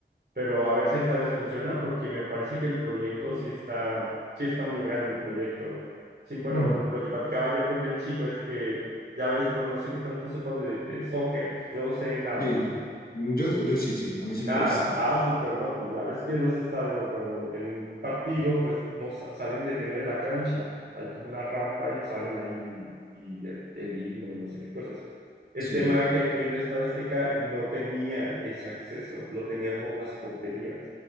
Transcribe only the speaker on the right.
pero a ver si esta vez funciona, porque me parece que el proyecto sí está, sí está muy grande el proyecto. Sí, bueno,
lo que platicaba ayer con el chico es que, ya ves, bueno, no sé qué tanto sepas de, de soccer, yo sé nada,
Ah,
ah, súper, no, pues la vez que los estadios, bueno, cuando en un partido, pues no sa- salen del medio de la cancha, hay como una rampa y salen ahí y el, el himno y no sé qué cosas. El
tema que aquí en el Estadio Azteca no tenían ese acceso, lo tenía por las porterías.